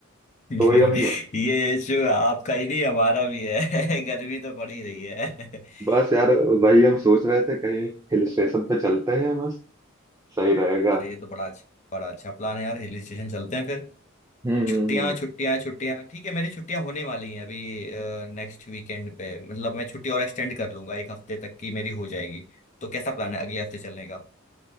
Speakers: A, on the left; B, on the right.
A: <laughs>
B: तो
A: ये
B: वही हम
A: इशू आपका ही नहीं हमारा भी है <laughs> गर्मी तो पड़ ही रही है <laughs>
B: बस यार वही हम सोच रहे थे कहीं हिल स्टेशन पे चलते हैं बस सही रहेगा
A: अरे ये तो बड़ा अच्छा बड़ा अच्छा प्लान है यार हिल स्टेशन चलते हैं फिर
B: हम्म
A: छुट्टियां
B: हम्म हम्म
A: छुट्टियां छुट्टियां ठीक है मेरी छुट्टियां होने वाली हैं अभी नेक्स्ट वीकेंड पे मतलब मैं छुट्टी और एक्सटेंड कर लूंगा एक हफ्ते तक की मेरी हो जाएगी तो कैसा प्लान है अगले हफ्ते चलने का